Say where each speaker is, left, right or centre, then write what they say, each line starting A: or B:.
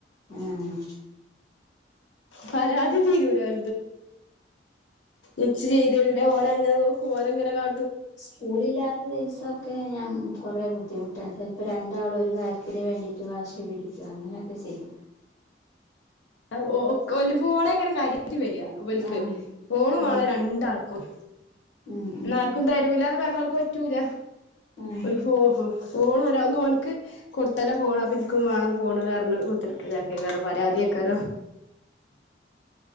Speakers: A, on the left; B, on the left.
A: ആഹ്
B: പരാതി തീരൂല <unintelligible> എച്ച് ചെയ്തുതരൂല ഓന അങ്ങനെ നോക്കും ഓന് ഇങ്ങനെ കാ
A: സ്കൂളില്ലാത്ത ദിവസം ഞാൻ കൊറേ ബുദ്ധിമുട്ടാ ചെലപ്പോ രണ്ടാളും ഒരു കാര്യത്തിന് വേണ്ടിട്ട് വാശിപിടിക്കും അങ്ങനൊക്കെ ചെയ്യും
B: ഒ ഓ ഒക്കോല് <unintelligible> റ്റ് വര്യ വൽസേ
A: ആഹ്
B: ഫോണ് വേണം
A: ഉം
B: രണ്ടാൾ ഉഹ്
A: ഉം ഉം
B: ന്നാർക്കും തരൂല്ലാന്ന് പറഞ്ഞോൽ പറ്റൂല
A: ഉം
B: <unintelligible> ഓണ് ഒരാൾന്നോൻക്ക് കൊടുത്താലാ ഫോണ് അപ്പൊ എനിക്കും വേണം ഫോണ് കാരണം കുത്തിരിക്കലാക്കാരം പരാതി ക്കാരം